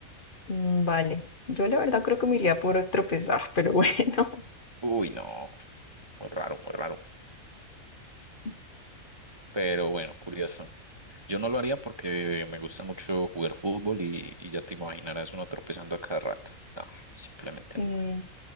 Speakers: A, on the left; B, on the right.
A: Mm, Vale, yo la verdad creo que me iría por tropezar, pero bueno.
B: Uy, no, muy raro, muy raro.
A: <laughs>
B: Pero bueno, curioso. Yo no lo haría porque me gusta mucho jugar fútbol y, y ya te imaginarás uno tropezando a cada rato. No, simplemente
A: Mm,
B: no.